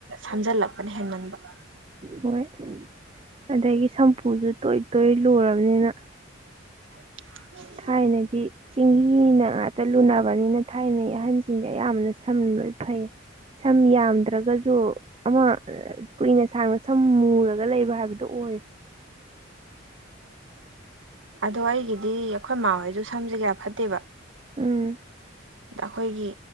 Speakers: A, on the right; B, on the right.
A: ꯁꯝꯖꯜꯂꯛꯄꯅ ꯍꯦꯟꯃꯟꯕ
B: ꯍꯣꯏ ꯑꯗꯒꯤ ꯁꯝꯄꯨꯁꯨ ꯇꯣꯏ ꯇꯣꯏ ꯂꯨꯔꯕꯅꯤꯅ
A: <unintelligible>
B: ꯊꯥꯏꯅꯗꯤ ꯆꯦꯡꯍꯤꯅ ꯉꯥꯛꯇ ꯂꯨꯅꯕꯅꯤꯅ ꯊꯥꯏꯅꯩ ꯑꯍꯟꯁꯤꯡꯗ ꯑꯌꯥꯝꯅ ꯁꯝ ꯂꯣꯏ ꯐꯩ ꯁꯝ ꯌꯥꯝꯗ꯭ꯔꯒꯁꯨ ꯑꯃ ꯀꯨꯏꯅ ꯁꯥꯡꯅ ꯁꯝ ꯃꯨꯔꯒ ꯂꯩꯕ ꯍꯥꯏꯕꯗꯣ ꯑꯣꯏꯌꯦ <unintelligible>
A: ꯑꯗꯣ ꯑꯩꯒꯤꯗꯤ ꯑꯩꯈꯣꯏꯃꯥꯍꯣꯏꯁꯨ ꯁꯝꯁꯦ ꯀꯌꯥ ꯐꯠꯇꯦꯕ
B: ꯎꯝ
A: ꯑꯗ ꯑꯩꯈꯣꯏꯒꯤ